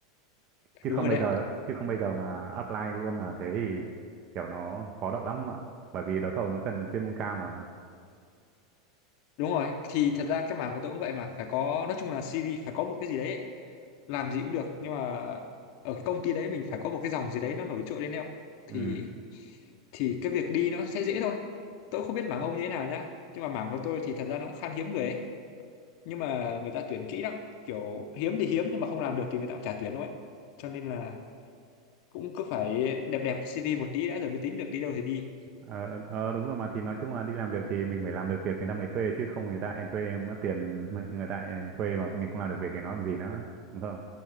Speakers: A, on the right (about 40°); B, on the left (about 55°).
A: chứ
B: đúng
A: không
B: rồi
A: bây
B: đấy
A: giờ chứ không bây giờ mà apply luôn là thế thì kiểu nó khó đậu lắm ạ bởi vì đấu thầu nó cần chuyên môn cao mà
B: đúng rồi thì thật ra cái mảng của tôi cũng vậy mà phải có nói chung là CV phải có một cái gì đấy làm gì cũng được nhưng mà ở cái công ty đấy mình phải có một cái dòng gì đấy nó nổi trội lên đâu thì
A: ừ
B: thì cái việc đi nó sẽ dễ thôi tôi không biết mảng ông như thế nào nhá nhưng mà mảng của tôi thì thật ra nó cũng khan hiếm người ấy nhưng mà người ta tuyển kỹ lắm kiểu hiếm thì hiếm nhưng mà không làm được thì người ta cũng chả tuyển đâu ấy cho nên là cũng cứ phải đẹp đẹp cái CV một tí đã rồi mới tính được đi đâu thì đi
A: ờ ờ, đúng rồi mà thì nói chung là đi làm việc thì mình phải làm được việc người ta mới thuê chứ không người ta em thuê em mất tiền người ta thuê mà mình không làm được việc thì nó làm gì nữa đúng không